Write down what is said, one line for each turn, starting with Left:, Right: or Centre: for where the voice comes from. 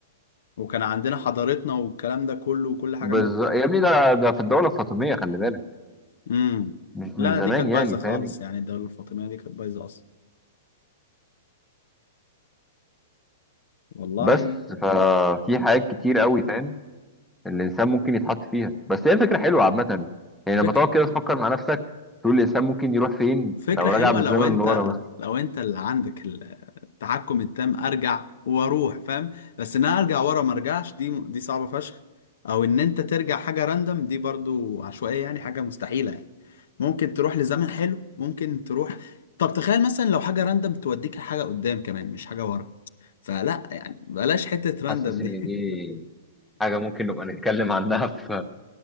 Left: وكان عندنا حضارتنا والكلام ده كله وكل حاجة
Centre: بز...
Left: موجودة
Centre: يا ابني ده ده في الدوله الفاطميه خلي بالك
Left: امم
Centre: مش
Left: لا
Centre: من زمان
Left: دي كانت
Centre: يعني
Left: بايظه خالص
Centre: فاهم
Left: يعني الدوله الفاطميه دي كانت بايظه اصلا والله
Centre: بس ففي حاجات كتير قوي فاهم الانسان ممكن يتحط فيها بس هي فكره حلوه عامه يعني لما
Left: فك...
Centre: تقعد كده تفكر مع نفسك تقول الانسان ممكن يروح فين
Left: فكره
Centre: لو
Left: حلوه
Centre: رجع بالزمن
Left: لو انت
Centre: لورا بس
Left: لو انت اللي عندك ال- التحكم التام ارجع واروح فاهم بس ان انا ارجع ورا ما ارجعش دي دي صعبه فشخ او ان انت ترجع حاجه راندم دي برضو عشوائيه يعني حاجه مستحيله يعني ممكن تروح لزمن حلو ممكن تروح طب تخيل مثلا لو حاجه راندم توديك حاجه قدام كمان مش حاجه ورا فلا يعني بلاش حته راندم
Centre: حاسس
Left: دي
Centre: ان دي
Left: <laughs>
Centre: حاجة ممكن نبقى نتكلم عنها <laughs> في